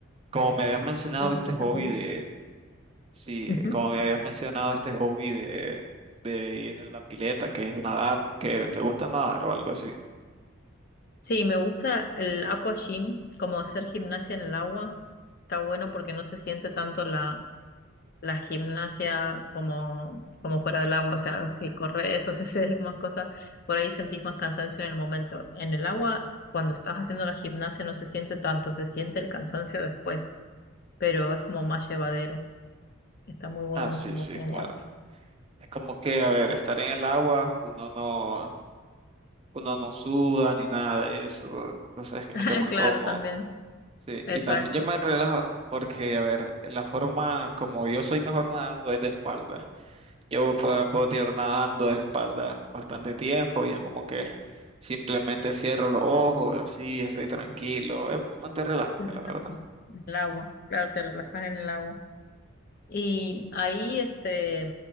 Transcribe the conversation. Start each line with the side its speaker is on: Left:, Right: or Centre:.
Right: como me habías mencionado
Left: Otro
Right: este
Left: pasatiempo.
Right: hobby de, sí,
Left: Ujú.
Right: como me habías mencionado este hobby de, de ir a la pileta, que es nadar, que te gusta nadar o algo así.
Left: Sí, me gusta el aqua gym, como hacer gimnasia en el agua. Está bueno porque no se siente tanto la, la gimnasia como, como fuera del agua. O sea, si corres o <laughs> si haces más cosas, por ahí sentís más cansancio en el momento. En el agua, cuando estás haciendo la gimnasia, no se siente tanto, se siente el cansancio después, pero es como más llevadero. Está muy buena
Right: Ah,
Left: la
Right: sí,
Left: gimnasia
Right: sí,
Left: en
Right: claro.
Left: el agua.
Right: Es como que, a ver, estar en el agua, uno no, uno no suda ni nada de eso, entonces es como
Left: <laughs>
Right: que más
Left: Claro,
Right: cómodo.
Left: también.
Right: Sí, y
Left: Exacto.
Right: también yo me relajo porque, a ver, la forma como yo soy mejor nadando es de espalda. Yo puedo, puedo tirar nadando de espalda bastante tiempo y es como que simplemente cierro los ojos, así estoy tranquilo. Es bastante relajante,
Left: te relajas.
Right: la verdad.
Left: en El agua, claro, te relajas en el agua. Y ahí, este,